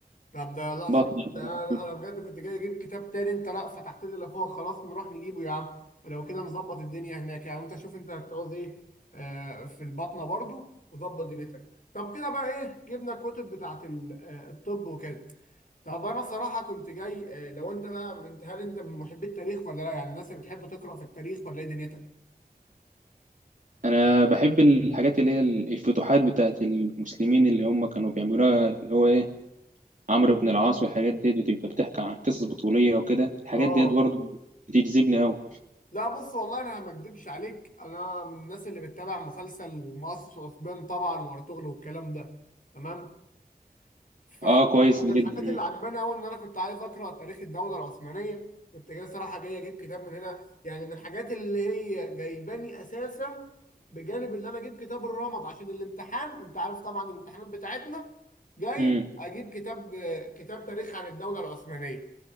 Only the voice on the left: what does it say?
طب ده لا
صراحة انت
انا
انا بجد كنت جاي اجيب كتاب تاني انت لا فتحت لي اللي فوق خلاص نروح نجيبه يا عم ولو كده نظبط الدنيا هناك يعني وانت شوف انت هتعوز ايه آه في البطنة برضو وظبط دنيتك طب كده بقى ايه جبنا الكتب بتاعت ال- آه، الطب وكده طب انا صراحة كنت جاي آه لو انت بقى من هل انت من محبي التاريخ ولا لا يعني الناس اللي بتحب تقرأ في التاريخ ولا ايه دنيتك؟
اه
لا بص والله انا ما اكدبش عليك انا من الناس اللي بتتابع مسلسل مؤسس واسبان طبعا وارطغرل والكلام ده تمام فمن
الحاجات
اللي عجباني قوي ان انا كنت عايز اقرا تاريخ الدوله العثمانيه كنت جاي صراحه جاي اجيب كتاب من هنا يعني من الحاجات اللي هي جايباني اساسا بجانب اللي انا اجيب كتاب الرمد عشان الامتحان انت عارف طبعا الامتحانات بتاعتنا جاي
اجيب كتاب كتاب تاريخ عن الدوله العثمانيه